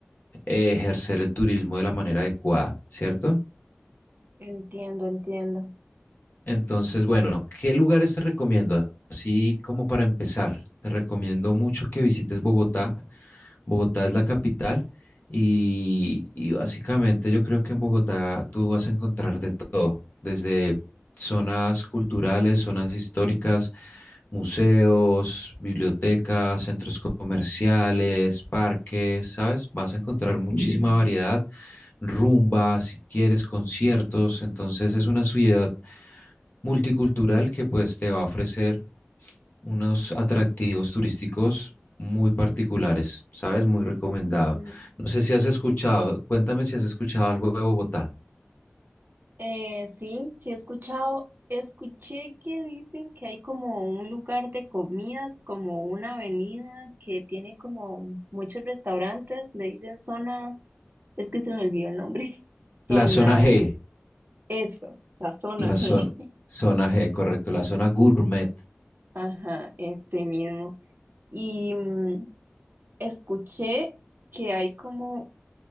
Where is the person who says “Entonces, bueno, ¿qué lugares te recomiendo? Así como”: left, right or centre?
Left